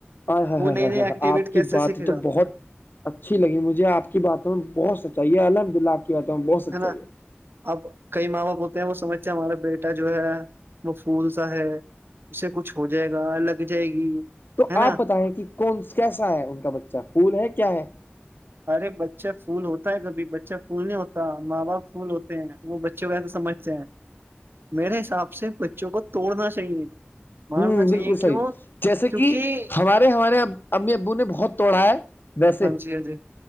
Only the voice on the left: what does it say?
ہاں ہ
ہ
ہ
آپ کی
باتیں
تو
بہت اچھی لگی مجھے آپ کی باتوں بہت سچائیے الحمد للہ آپ کی باتوں میں بہت سچائیے
تو
آپ بتائیں کہ کون کیسا ہے ان کا بچہ پھول ہے کیا ہے
ہوں
بالکل صحیح
جیسے
کہ ہمارے ہمارے امی ابو نے بہت توڑا ہے ویسے